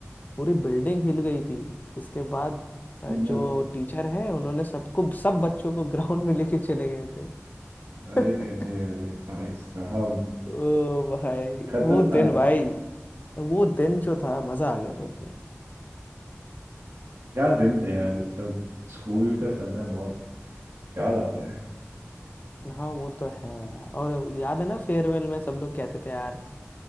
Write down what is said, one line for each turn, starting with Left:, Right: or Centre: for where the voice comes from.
Left: पूरी बिल्डिंग हिल गई थी इसके बाद अ,
Right: मत
Left: जो टीचर है उन्होंने सबको सब बच्चों को ग्राउंड में लेके चले गए थे
Right: अरे
Left: <laughs>
Right: अरे अरे भाई साहब
Left: ओ भाई
Right: खतरनाक
Left: वो दिन भाई वो दिन जो था मजा आ गया था उसमें
Right: क्या दिन थे यार मतलब स्कूल का समय बहुत याद आता है
Left: हाँ वो तो है यार और याद है ना फेयरवेल में सब लोग कहते थे यार